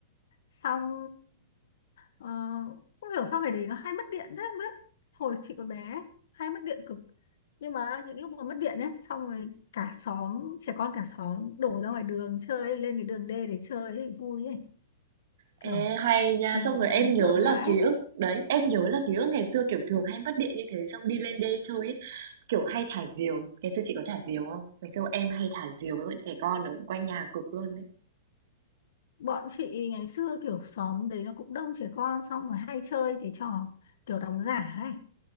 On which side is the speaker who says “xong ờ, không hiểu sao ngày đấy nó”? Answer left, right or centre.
Left